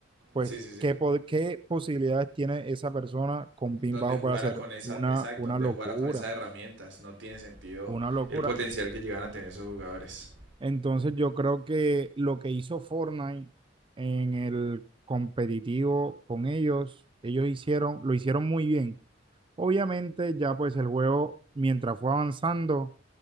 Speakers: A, on the right; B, on the right.
A: pues
B: sí, sí, sí.
A: ¿qué, po- qué posibilidades tiene esa persona con pin
B: donde
A: bajo
B: jugara
A: para hacer?
B: con esas,
A: Una,
B: exacto,
A: una
B: donde
A: locura,
B: jugara con esas herramientas. No tiene sentido
A: una locura.
B: el potencial que llegan a tener esos jugadores.
A: Entonces yo creo que lo que hizo Fortnite en el competitivo con ellos, ellos hicieron, lo hicieron muy bien. Obviamente ya pues el juego mientras fue avanzando,